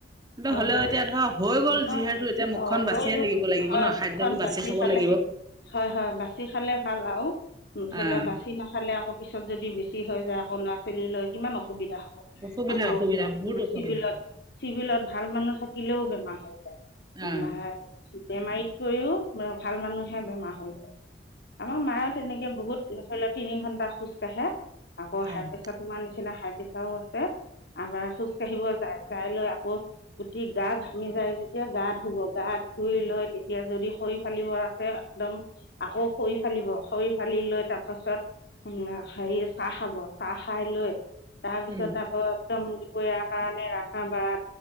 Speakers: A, on the right (about 25°); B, on the left (about 65°).
A: তো
B: হয়
A: হ'লেও
B: হয়
A: এতিয়া ধৰা হৈ গ'ল
B: নিমখ
A: যিহেতু এতিয়া মুখখন
B: অঁ হৈ
A: বাচিয়ে
B: গ'ল
A: থাকিব লাগিব
B: হয়
A: ন, খাদ্যটো
B: মুখখন বাছি
A: বাচি খাব
B: খালে
A: লাগিব।
B: হয় হয়, বাচি খালে ভাল আৰু, ধৰি
A: আহ
B: লওক বাচি নাখালে আকৌ পিছত যদি বেছি লৈ যাওঁ আকৌ, ল'ৰা ছোৱালী লৈ কিমান অসুবিধা হয়।
A: অসুবিধা
B: আকৌ
A: অসুবিধা বহুত অসুবিধা
B: চিভিলত, চিভিলত ভাল মানুহ থাকিলেও বেমাৰ হৈ যায়
A: আহ
B: বেমাৰীতকৈও ভাল মানুহে বেমাৰ হয়। আমাৰ মায়েও তেনেকে বহুত <unintelligible> তিনি ঘন্টা খোজ কঢ়ে। আকৌ
A: আহ
B: হাই প্ৰেছাৰ তোমাৰ নিচিনা হাই প্ৰেছাৰও আছে, আবাৰ খোজ কঢ়িব যায়। চাই লৈ আকৌ গুঠি গা ঘামি যায় যেতিয়া গা ধুব গা ধুই লৈ তেতিয়া যদি খৰি ফালিব আছে একদম আকৌ খৰি ফালিব। খৰি ফালি লৈ তাৰপাছত উম, হে চাহ খাব, চাহ খাই লৈ তাৰপিছত
A: উম
B: আকৌ একদম দুপৰীয়াৰ কাৰণে ৰান্ধা ভাত।